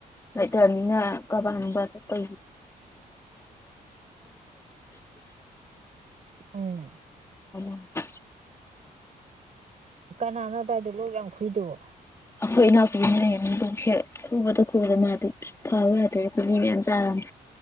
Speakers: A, on the left (about 15°); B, on the right (about 45°).
A: ꯂꯩꯇ꯭ꯔꯅꯤꯅ ꯀꯕꯥ ꯅꯨꯡꯕꯥ ꯆꯠꯄꯥ
B: ꯎꯝ
A: <unintelligible> <unintelligible>
B: ꯀꯅꯥꯅꯣ ꯑꯗꯨꯋꯥꯏꯗ ꯂꯣꯛ ꯌꯥꯝ ꯈꯨꯏꯗꯣꯑꯣ
A: ꯑꯩꯈꯣꯏ ꯏꯅꯥꯎꯄꯤꯅꯦ ꯂꯣꯛꯁꯦ ꯈꯨꯕꯗ ꯈꯨꯕꯗ ꯃꯥꯗꯤ ꯐꯕ ꯌꯥꯗ꯭ꯔꯦ ꯒꯨꯂꯤ ꯃꯌꯥꯝ ꯆꯥꯔꯝꯃꯦ